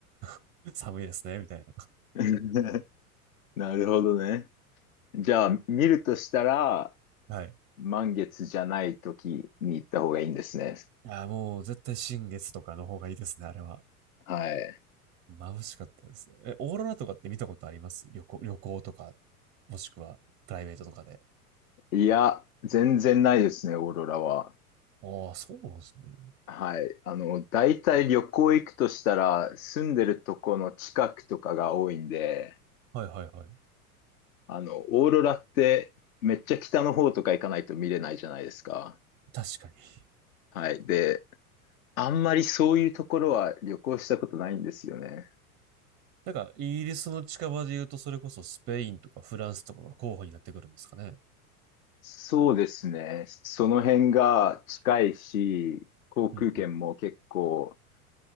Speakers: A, on the right; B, on the left.
A: <laughs> 寒いですね、みたいな。
B: <laughs> なるほどね。じゃあ、見るとしたら、
A: はい。
B: 満月じゃない時に行った方がいいんですね。
A: いや、もう絶対新月とかの方がいいですね、あれは。
B: はい。
A: 眩しかったです。え、オーロラとかって見たことあります旅行、旅行とか、もしくはプライベートとかで。
B: いや、全然ないですね、オーロラは。
A: ああ、そうなんですね。
B: はい。あの、大体旅行行くとしたら、住んでるとこの近くとかが多いんで、
A: はいはいはい。
B: あの、オーロラってめっちゃ北の方とか行かないと見れないじゃないですか。
A: 確かに。
B: はい。で、あんまりそういうところは旅行したことないんですよね。
A: なんか、イギリスの近場で言うと、それこそスペインとかフランスとかが候補になってくるんですかね。
B: そうですね。その辺が近いし、航空券も結構
A: うんうん。